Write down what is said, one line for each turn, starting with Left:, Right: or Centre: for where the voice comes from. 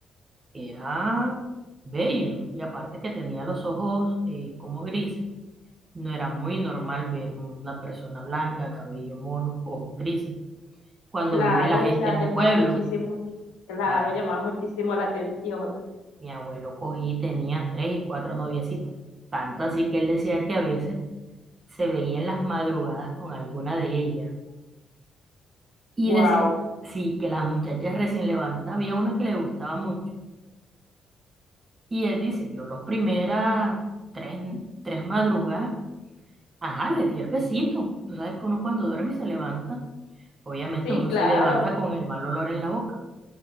Right: era bello y aparte que tenía los ojos eh, como grises, no era muy normal ver una persona blanca, cabello mono, ojos grises. Cuando
Left: Claro,
Right: vive la gente
Left: o sea,
Right: en un
Left: llamaba
Right: pueblo,
Left: muchísimo, claro,
Right: claro,
Left: llamaba muchísimo la atención.
Right: mi abuelo cogí y tenía tres y cuatro noviecitas, tanto así que él decía que a veces se veía en las madrugadas con alguna de ellas y
Left: Wow,
Right: decía, sí, que las muchachas recién levantadas había una que le gustaba mucho Y él dice, yo los primeras tres, tres madrugadas, ajá, le di el besito. Tú sabes que uno cuando duerme y se levanta, obviamente
Left: sí,
Right: uno
Left: claro,
Right: se levanta con el mal olor en la boca,